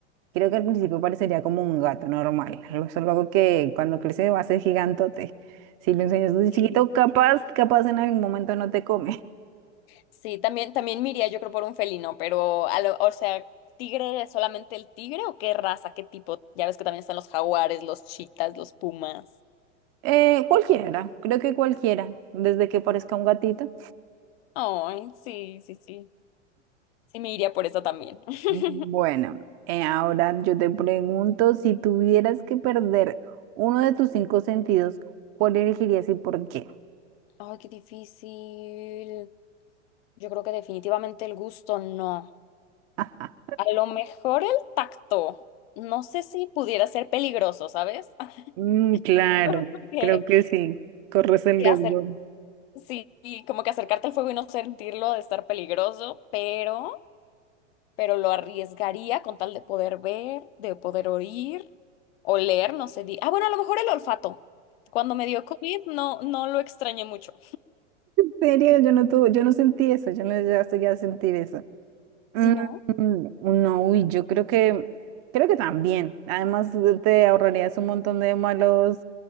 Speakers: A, on the right; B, on the left.
A: Creo que al principio parecería como un gato normal. Algo es algo que cuando crece va a ser gigantote. Si lo enseñas de chiquito,
B: Sí,
A: capaz, capaz en algún momento no te come.
B: Sí, también, también me iría, yo creo, por un felino, pero, a lo- o sea, ¿tigre es solamente el tigre o qué raza, qué tipo? Ya ves que también están los jaguares, los chitas, los pumas.
A: Eh, cualquiera, creo que cualquiera, desde que parezca un gatito.
B: Ay, sí, sí, sí. Sí, me iría por eso también. <laughs>
A: Bueno, eh, ahora yo te pregunto, si tuvieras que perder uno de tus cinco sentidos, ¿cuál elegirías y por qué?
B: Ay, qué difícil. Yo creo que definitivamente el gusto no.
A: <laughs>
B: A lo mejor el tacto. No sé si pudiera ser peligroso, ¿sabes? <laughs>
A: Mm, claro,
B: Como que,
A: creo que sí, corres el
B: que
A: riesgo.
B: acer-
A: En
B: sí, y como que acercarte al fuego y no sentirlo de estar peligroso, pero, pero lo arriesgaría con tal de poder ver, de poder oír, oler, no sé. di- ah, bueno, a lo mejor el olfato. Cuando me dio COVID no, no lo extrañé mucho.
A: serio, yo no tuve, yo no sentí eso, yo no llegué a sentir eso. Mm,
B: Si no.
A: mm, no, uy, yo creo que, creo que también. Además, te ahorrarías un montón de malos